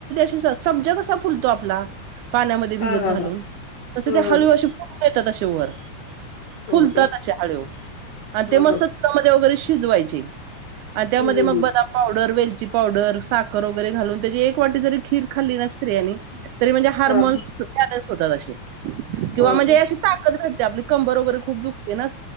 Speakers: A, on the right; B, on the left.
A: सज क फुतो आपला पाण्यामध्ये भिजत
B: हां हां
A: घालून
B: हां
A: तसे
B: हं
A: ते
B: हं
A: हळू अ तशे वर
B: हो
A: फुलतातच्या
B: का?
A: हळव आणि
B: हं
A: ते मस्त
B: हं
A: तुमध्ये वगैरे शिजवायची आणि त्यामध्ये
B: हं हं
A: मग
B: हं
A: ब पावडर वेलची पावडर साखर वगैरे घालून त्याची एक वाटी जरी खीर खाल्ली ना स्त्रिया आणि तरी म्हणजे हार्मोन्स
B: हां हां
A: होोलाशीे किंवा
B: हो
A: म्हणजे
B: का?
A: अशी ताकद घडते आपली कंबर वगैरे खूप दुखते ते ना